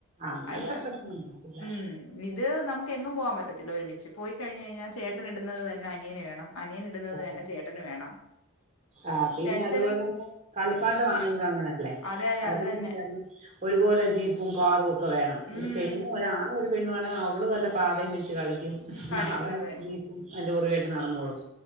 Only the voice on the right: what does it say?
അങ്ങനത്തെ
പ്രശ്നം ഉണ്ടാവില്ല
ആ
ആ, പിന്നെ
അതുപോലെ തന്നെ കളിപ്പാട്ട ആണെങ്കിലും അങ്ങനെല്ലേ
അനിയനും
ചേട്ടനും ഒരുപോലെ ജീപ്പും കാറുംഒക്കെ വേണം
ഇത് പെണ്ണും ഒരാണും ഒരുപെണ്ണുമാണെങ്കി അവ അവള് വല്ല പാവേം വെച്ച് കളിക്കും
അവൻ
ജീപ്പുംലോറിയായിട്ട് നടന്നോളും